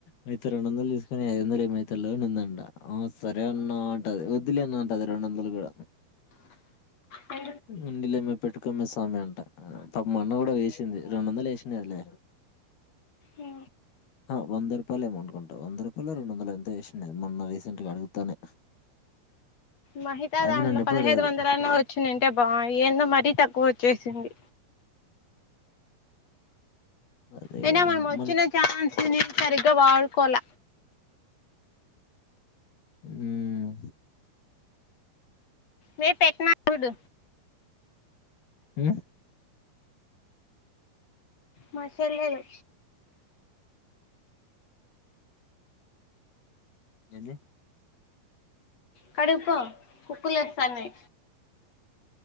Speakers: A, on the left; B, on the left.
A: అయితే రెండొందలు తీసుకొని ఐదొందలు <unintelligible> అందంట ఆ సరే అన్నా అంట వద్దులే అందట అది రెండోందలు గూడ
B: అ
A: ఉండిలేమ్మ పెట్టుకమ్మే స్వామి అంట పాపం మొన్న గూడ వేసింది రెండు వందలు వేసినాదిలే
B: ఆ
A: ఆ వంద రూపాయలు ఏమో అనుకుంటా వంద రూపాలో రెండోమ్దలో ఎంతో ఏసింది మొన్న రీసెంట్గా అడుగుతానే
B: మహితా
A: ఆమె
B: దాంట్లో
A: నన్ను ఎప్పుడు
B: పదిహైదు
A: అడగదు
B: వందలన్న వచ్చిండుంటే బా ఏం మరీ తక్కువోచ్చేసింది
A: అదే
B: నినా
A: కదా
B: మనమొచ్చిన
A: మన
B: ఛాన్స్ నేన్ సరిగ్గా వాడుకోల
A: ఉమ్
B: రేప్ పెట్టన ఫుడ్
A: ఆ
B: మా చెల్లెలు
A: ఏంది
B: కడుక్కో కుక్కలేస్తానయ్